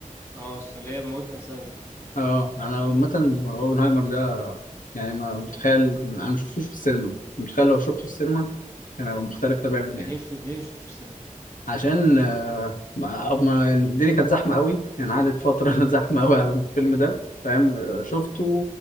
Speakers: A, on the left (about 20°); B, on the left (about 70°).
A: اه أصل اللي هي موت نفسها دي
B: اه انا عامة اوبنهايمر ده يعني ما متخيل انا ما شفتوش في السينما متخيل لو شفته في السينما كان هيبقى مختلف تماما
A: ده
B: يعني
A: ليه مش ليه مش شفتوش في السينما
B: عشان آه، ما ما- يعني الدنيا كانت زحمة قوي يعني قعدت فترة <laughs> زحمة قوي على الفيلم ده فاهم آه، شفته